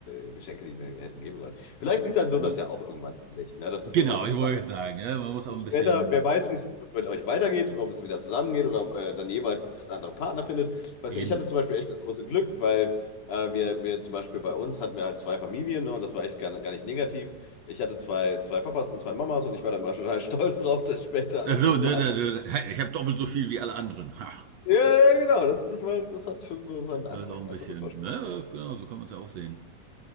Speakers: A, on the left; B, on the right.
A: äh, Geschenke, die mir hätten geben sollen. Vielleicht sieht dein Sohn
B: Ne.
A: das ja auch irgendwann ähnlich. Ne? Das
B: Genau,
A: ist ja immer so
B: ich
A: eine
B: wollte
A: Sache.
B: jetzt sagen, ja man muss
A: Und
B: auch ein
A: Später,
B: bisschen
A: wer weiß, wie es mit euch weitergeht, ob es wieder zusammengeht oder ob ihr dann jeweils andere Partner findet. Weißt
B: eben.
A: du, ich hatte zum Beispiel echt das große Glück, weil äh, wir, wir zum Beispiel bei uns hatten wir halt zwei Familien, ne, und das war echt gar, gar nicht negativ. Ich hatte zwei, zwei Papas und zwei Mamas und ich war da immer total <laughs> stolz drauf, dass später,
B: Ach
A: also
B: so,
A: das
B: ne,
A: hat,
B: da, da, da, hey, ich habe doppelt so viel wie alle anderen. Ha,
A: ja, ja, genau, das, das war, das hat schon so seinen
B: das
A: Andrang.
B: ist auch ein
A: Also
B: bisschen,
A: das war
B: ne, genau, so kann man es ja auch sehen.